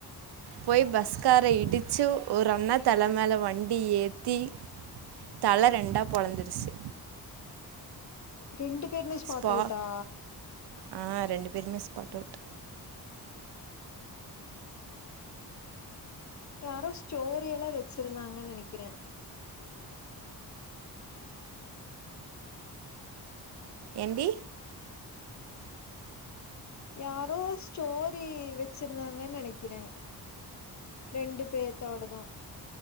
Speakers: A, on the right; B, on the left.
A: போய் பஸ்கார இடிச்சு ஒரு அண்ணா தலை மேல வண்டி ஏத்தி தலை ரெண்டா பொழந்துருச்சு
B: ரெண்டு பேருமே ஸ்பாட்
A: ஸ்பா
B: அவுட்டா
A: ஆ ரெண்டு பேருமே ஸ்பாட் அவுட்
B: யாரோ ஸ்டோரி எல்லா வச்சிருந்தாங்கனு நெனைக்கிறே
A: ஏன்டி
B: யாரோ ஸ்டோரி வச்சிருந்தாங்கனு நெனைக்கிறே ரெண்டு பேத்தோட்டதும்